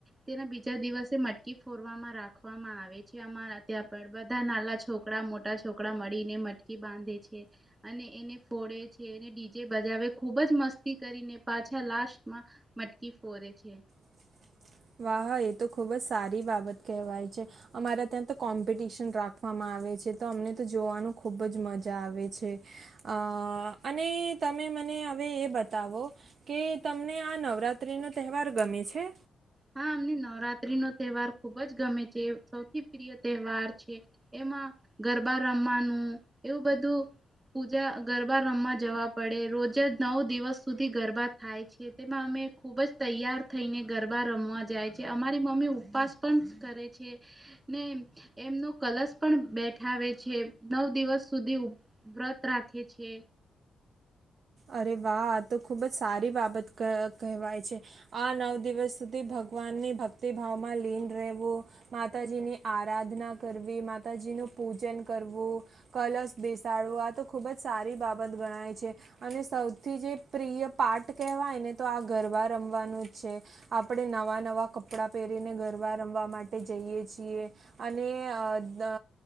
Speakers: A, on the right; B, on the right.
A: તેના બીજા દિવસે મટકી ફોડવામાં રાખવામાં આવે છે અમારા ત્યાં પણ બધા નાલા છોકડા મોટા છોકડા મળીને મટકી બાંધે છે અને એને ફોડે છે. કે ને ડીજે બજાવે ખુબ જ મસ્તી કરીને પાછા લાસ્ટમાં મટકી ફોરે છે
B: <inaudible> વાહા એ તો ખુબ જ સારી બાબત કહેવાય છે અમારા ત્યાં તો કોમ્પિટશન રાખવામાં આવે છે તો એમને તો જોવાનું ખુબ જ મજા આવે છે અ અને તમે મને હવે એ બતાવો કે તમને આ નવરાત્રીનો તહેવાર ગમે છે
A: હા અમને નવરાત્રીનો તહેવાર ખુબ જ ગમે છે એ સૌથી પ્રિય તહેવાર છે એમાં ગરબા રમવાનું એવું બધું પૂજા ગરબા રમવા જવા પડે રોજ નવ દિવસ સુધી ગરબા થાય છે તેમાં અમે ખુબજ તૈયાર, થઈને ગર બા રમવા જાય છે, અમારી મમ્મી ઉપવાસ પણ કરે છેને, એમનો કલશ પણ બેઠાવે છે, નવ દિવસ સુધી વ્રત રાખે છે.
B: અરે વાહ તો ખુબ જ સારી બાબત ક કહેવાય છે, આ નવ દિવસ સુધી ભ ભગવાનની ભક્તિ, ભાવમાં લીન રહેવુ માતાજી ની આરાધના કરવી માતાજીનુ પૂજન કરવુ કલશ બેસાડવું આ તો ખુબ જ સારી બાબત ગણાય છે. અને સૌથી જે પ્રિય પાર્ટ કહેવાય ને તો આ ગરબા રમવાનું જ છે, આપણે નવા નવા કપડા પહેરીને, ગરવા રમવા માટે જઈએ છીએ, અને અ દ